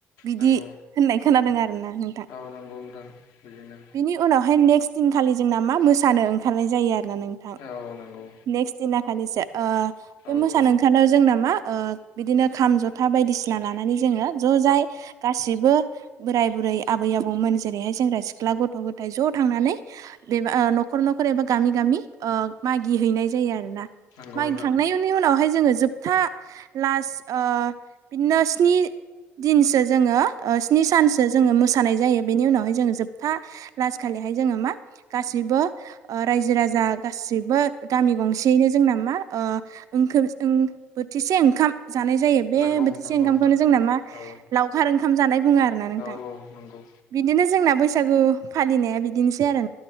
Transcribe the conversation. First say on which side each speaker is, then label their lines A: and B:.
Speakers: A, on the right; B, on the left.
A: बिदि
B: नंगौ
A: होननाय खोनादों आरोना नोंथां
B: औ नंगौ नोंथां बिदिनो
A: बिनि उनावहाय नेक्स्ट दिनखालि जोंना मा मोसानो ओंखारनाय जायो आरो नोंथां
B: औ नंगौ
A: नेक्स्ट दिना खालिसो बे
B: औ
A: मोसानो
B: औ
A: ओंखारनायाव जोंना मा ओ बिदिनो खाम जथा बायदिसिना लानानै जोङो ज' जाय गासिबो बोराय बु रै आबै आबौमोन जेरैहाय सेंग्रा सिख्ला गथ' गथाय ज' थांनानै नखर नखर एबा गामि गामि मागियो हैनाय जायो आरोना
B: नंगौ
A: माइखांनायनि
B: नोंथां
A: उनावहाय जों जोब था लास्ट ओ बिदिनो स्नि दिनसो जोङो स्नि सानसो जोङो मोसानाय जायो बेनि उनावहाय जोङो जोबथा लास्तखालिहाय जोङो मा गासिबो रायजो राजा गासिबो गामि गंसेयैनो जोंना मा ओ ओं ओं बोथिसे ओंखाम जानाय जायो बे
B: नंगौ
A: बोथिसे
B: नंगौ
A: ओंखामखौनो
B: नोंथां
A: जोंना मा
B: औ
A: लावखार ओंखाम जानाय बुङो आरोना नोंथां
B: औ औ नंगौ
A: बिदिनो जोंना बैसागु फालिनाया बिदिनोसै आरो